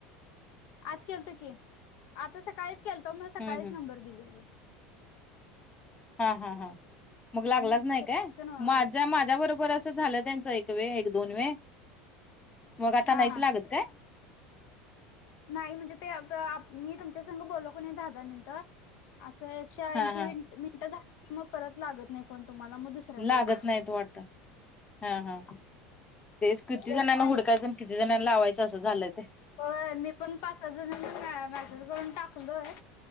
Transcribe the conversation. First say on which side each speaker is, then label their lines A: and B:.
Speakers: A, on the left; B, on the left.
A: आज केलत की आता सकाळीच केलतो म सकाळीच
B: हम्म हम्म
A: नंबर दिली मला
B: हा हा हा मग लागलाच
A: मग
B: नाही काय माझ्या माझ्या बरोबरच झालं त्यांच एक व एक दोन वे मग आता
A: हा
B: नाहीच
A: हा
B: लागत काय
A: नाही म्हणजे ते मी तुमच्या संघ बोलो नाही दहा दहा मिनटं असं एकशे ऐंशी
B: हा हा
A: मिनटं झा की मग परत लागत नाही फोन तुम्हाला मग दुसऱ्या वेळेला
B: लागत
A: लागतोय
B: नाही
A: असं.
B: त वाटत. हा हा तेच किती जणांना
A: एकशे
B: हुडकायचं
A: ऐंशी
B: आणि किती जणांना लावायचं असं झालंय ते.
A: होय मी पण पाच सहा जणांनी मेसेज करून टाकलोय,